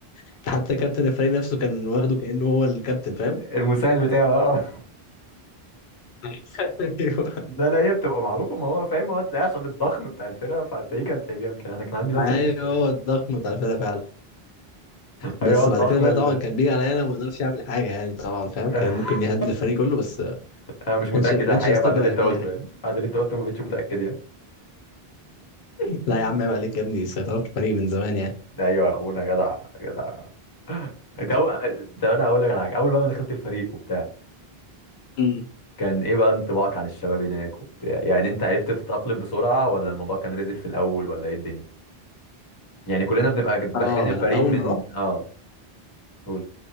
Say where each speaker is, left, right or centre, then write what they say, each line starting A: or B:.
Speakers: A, on the left; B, on the left.
A: انت حتى كابتن الفريق نفسه كان واخده كانه هو الكابتن فاهم
B: المساعد بتاعه اه
A: <laughs> ايوه
B: لا لا هي بتبقى معروفه ما هو فاهم هو هتلاقيه عشان الضخم بتاع الفرقه فهتلاقيه كان تلاقيه بيعمل كده انا كان عندي نفس
A: ايوه
B: المشكله
A: هو الضخم بتاع الفرقه فعلا بس
B: ايوه الضخم
A: بعد كده بقى
B: ال
A: طبعا كان بيجي عليا انا ما اقدرش اعمل حاجه يعني طبعا فاهم
B: <laughs>
A: كان ممكن يهدد الفريق كله بس ما
B: انا مش متاكد
A: كانش ما كانش
B: الحقيقه
A: يستجرأ
B: بعد اللي
A: يعمل
B: انت قلته
A: لي حاجه
B: يعني بعد اللي انت قلته ما بقتش متاكد يعني <laughs>
A: لا يا عم عيب عليك يا ابني السيطره في الفريق من زمان يعني
B: ده ايوه يا اخونا جدع جدع انت أو... ده انا هقول لك على حاجه اول بقى ما دخلت الفريق وبتاع
A: مم.
B: كان ايه بقى انطباعك عن الشباب هناك وبتاع يعني انت عرفت تتاقلم بسرعه ولا الموضوع كان نزل في الاول ولا ايه الدنيا يعني كلنا بنبقى داخلين
A: اه
B: الفريق
A: انا اول
B: من
A: ما رحت
B: اه قول